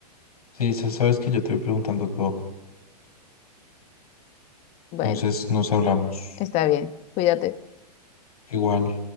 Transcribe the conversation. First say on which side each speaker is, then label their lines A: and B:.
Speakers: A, on the left (about 65°); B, on the left (about 30°).
A: Sí, sa- sabes que yo te voy preguntando todo,
B: Bueno,
A: entonces nos hablamos.
B: está bien. Cuídate.
A: Igual.